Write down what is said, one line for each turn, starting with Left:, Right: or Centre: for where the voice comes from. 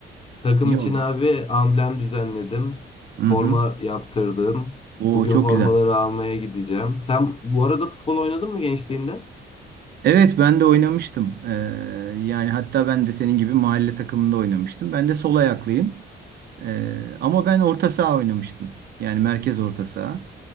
Left: takım
Right: Yok.
Left: için abi amblem düzenledim. Forma
Right: Hı hı.
Left: yaptırdım.
Right: Oo
Left: Bugün
Right: çok
Left: formaları
Right: güzel.
Left: almaya gideceğim. Sen bu arada futbol oynadın mı gençliğinde?
Right: Evet ben de oynamıştım. Ee, yani hatta ben de senin gibi mahalle takımında oynamıştım. Ben de sol ayaklıyım. Ee, ama ben orta saha oynamıştım. Yani merkez orta saha.